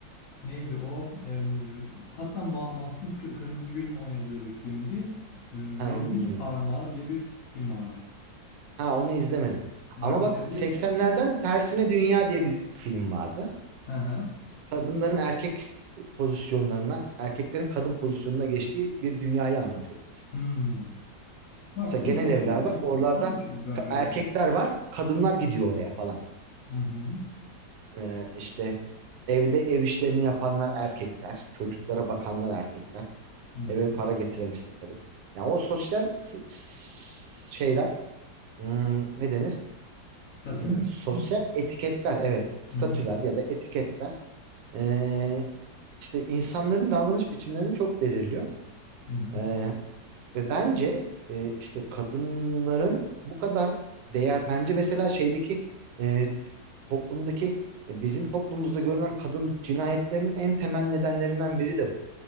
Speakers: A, on the left; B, on the right.
A: neydi o? Em, hatta Ma- Mahsun Kı- Kırmızıgül'ün oynadığı bir filmdi. Vezir
B: Ha, onu bilmiyorum.
A: Parmağı diye bir film abi.
B: Ha onu izlemedim.
A: Bak
B: Ama bak
A: vezir.
B: 80'lerden Tersine Dünya diye bir film vardı.
A: Hı hı.
B: Kadınların erkek pozisyonlarına, erkeklerin kadın pozisyonuna geçtiği bir dünyayı anlatıyordu mesela.
A: Hmm. Bak
B: Mesela
A: bu
B: genel
A: da
B: evler
A: bu da
B: var.
A: çok
B: Oralarda
A: bu da çok ga-
B: ka-
A: garipmiş.
B: erkekler var. Kadınlar gidiyor oraya falan.
A: Hı hı.
B: Ee, işte evde ev işlerini yapanlar erkekler. Çocuklara
A: Hı hı.
B: bakanlar erkekler.
A: Hı hı.
B: Eve para getiren işte kadın. Yani o sosyal s- s- şeyler hmm, ne denir?
A: Statüler.
B: E, sosyal etiketler, evet, statüler
A: Hı hı.
B: ya da etiketler e, işte insanların davranış biçimlerini çok belirliyor.
A: Hı hı.
B: E, ve bence e, işte kadınların bu kadar değer, bence mesela şeydeki e, toplumdaki e, bizim toplumumuzda görülen kadın cinayetlerinin en temel nedenlerinden biri de bu.